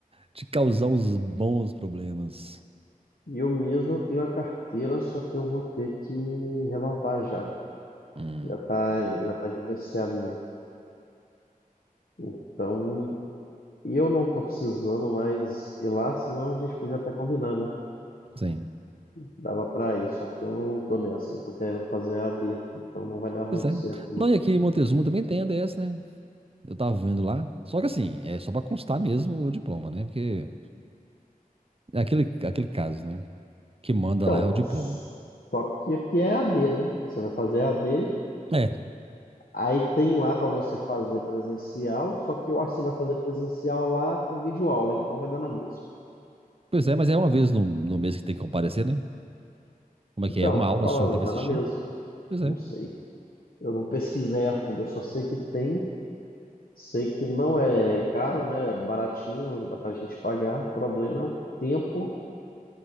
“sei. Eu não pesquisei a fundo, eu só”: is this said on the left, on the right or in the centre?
Left